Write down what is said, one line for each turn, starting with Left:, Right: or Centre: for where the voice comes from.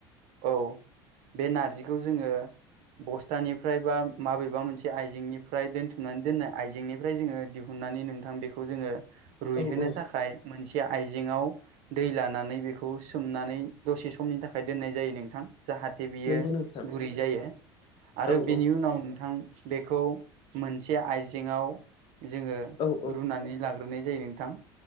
Right: औ बे नारजिखौ जोङो बस्थानिफ्राय बा माबेबा मोनसे आइजेंनिफ्राय दोन्थुमनानै दोननाय आइजेंनिफ्राय जोङो दिहुन नानै नोंथांखौ जोङो रुइ
Left: औ
Right: होनो‌
Left: औ
Right: थाखाय मोनसे आइजेंआव दै लानानै बेखौ सोमनानै दसे समनि थाखाय दोननाय जायो नोंथां जाहाथे बियो
Left: नंगौ नोंथां
Right: गुरै जायो आरो
Left: औ
Right: बेनि
Left: औ
Right: उनाव नोंथां बेखौ मोनसे आइजेेंआव जोङो
Left: औ औ
Right: रुनानै लाग्रो नाय जायो नोंथां